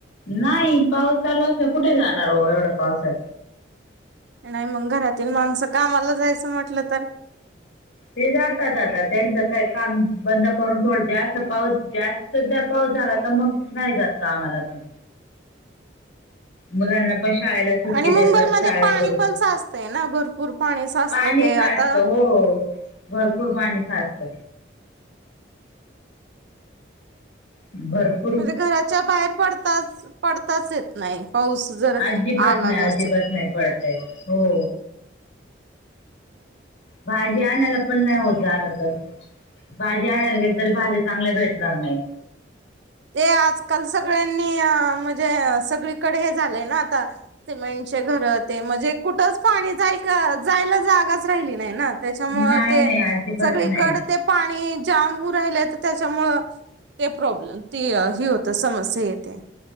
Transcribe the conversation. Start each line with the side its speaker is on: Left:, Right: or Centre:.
Left: नाही पाऊस चालू असला कुठे जाणार हो एवढ्या पावसात.
Right: नाही मंग घरातील माणसं कामाला जायचं म्हटलं तर
Left: ते जातात आता त्यांचं काय काम बंद करून थोड जास्त पाऊस जास्त जर पाऊस झाला तर मग नाही जात कामाला पण मुलांना पण शाळाळेला सुट्टी
Right: आणि मुंबईमध्ये
Left: देतात शाळेकडून
Right: पाणी पण साचतंय ना भरपूर पाणी साचतं
Left: पाणी
Right: ते
Left: साटत
Right: आता
Left: हो भरपूर पाणी साठत. बरं
Right: म्हणजे घराच्या बाहेर पडताच पडताच येत नाही पाऊस जर
Left: अजिबात
Right: आला
Left: नाही
Right: जास्त.
Left: अजिबात नाही पडतय हो. भाजी आणायला पण नाही होत झालं तर. भाजी आणायला गेल तरी भाजी चांगल्या भेटणार नाही.
Right: ते आजकाल सगळ्यांनी आ म्हणजे सगळीकडे हे झालंय ना आता सिमेंटचे घर ते म्हणजे कुठंच पाणी जाय का जायला जागाच राहिली नाही ना. त्याच्यामुळं
Left: नाही
Right: ते
Left: नाही अजिबात
Right: सगळीकडं
Left: नाही
Right: ते पाणी जाम होऊ राहिलं तर त्याच्यामुळं ते प्रॉब्लेम ती ही हो तर समस्या येते.